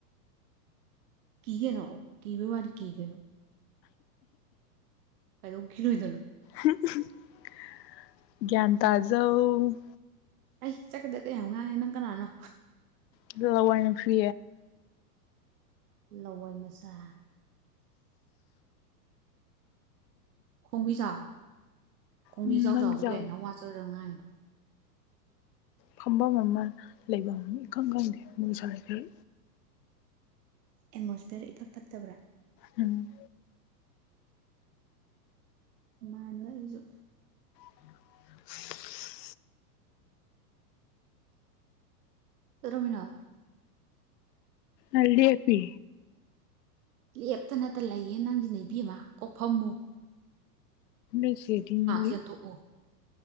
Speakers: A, on the right (about 60°); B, on the left (about 80°).
A: ꯀ ꯀꯩꯅꯣ ꯀ ꯕꯥ ꯋꯥꯔꯤ ꯀ ꯀꯩꯅꯣ ꯀꯥꯏꯗ ꯎ ꯈꯈꯤꯔꯣꯏꯗꯅꯣ
B: <unintelligible> ꯒꯌꯥꯟ ꯇꯥꯖꯧ
A: ꯑꯩ ꯆꯠꯀꯗ ꯀꯌꯥꯨ ꯉꯥꯡꯉꯦ ꯅꯪ ꯀꯅꯥꯅꯣ
B: ꯑꯗꯨ ꯂꯋꯥꯅ ꯐꯦ
A: ꯂꯋꯥꯏ ꯃꯆꯥ ꯈꯣꯡꯕꯤꯖꯥꯎ ꯈꯣꯡꯕꯤꯖꯥꯎꯖꯥꯎꯒꯦ
B: ꯎꯝ ꯅꯪꯒꯤ ꯆꯥꯎ
A: ꯀꯩꯅ ꯅ ꯋꯥ ꯆꯗꯉꯥꯡꯉꯅꯣ
B: ꯐꯝꯐꯝ ꯑꯃ ꯂꯩꯐꯝ ꯏꯈꯪ ꯈꯪꯗꯦ ꯃꯨꯁꯈꯩ
A: ꯑꯦꯠꯃꯣꯁꯐꯤꯌꯔ ꯏꯐꯠ ꯐꯠꯇꯕ꯭ꯔꯥ
B: ꯎꯝ
A: ꯃꯥꯟꯕꯅꯕ ꯑꯩꯁꯨ
B: <unintelligible>
A: ꯔꯣꯃꯤꯅꯥ
B: ꯑꯜꯗꯤ ꯑꯦ ꯄꯤ
A: ꯂꯦꯞꯇꯅꯇ ꯂꯩꯌꯦꯦ ꯅꯪꯁꯤ ꯅꯩꯕꯤ ꯑꯃ ꯀꯣꯛꯐꯝꯃꯨ
B: ꯎ ꯁꯤꯔꯤ ꯃꯜꯂꯤ
A: ꯆꯦꯟꯊꯣꯛꯎ